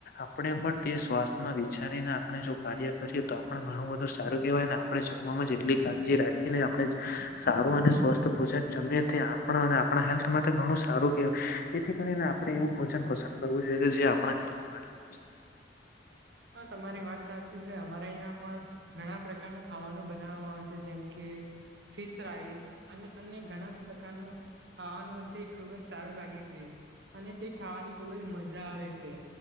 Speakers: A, on the left; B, on the right.
A: આપણે પણ તે સ્વાસ્થ્ વિચારીને આપણે જો કાર્ય કરીએ તો આપણુ ઘણું બધું સારું કેહેવાય ને આપણે જમવામાં એટલી કાજી રાખીએ એ આપણે સારું અને સ્વસ્થ ભોજન જમએ તે આપણા અને આપણા હેલ્થમાં ઘણું સારું કે તેથી કરીને આપણે એવું ભોજન પસંદ કરવું જોઈએ કે જે આપણા હેલ્થ માટે
B: હા તમારી વાત સાચી છે અમારે અહંયા પણ ઘણા પ્રકારનું ખાવાનું બનાવવામાં આવે છે જેમ કે ફિશ રાઈસ અને અન્ય ઘણા પ્રકારનું ખાવા નુએ તે ખુબ જ સારું લાગે છે અને તે ખાવાની ખુબ જ મજા આવે છે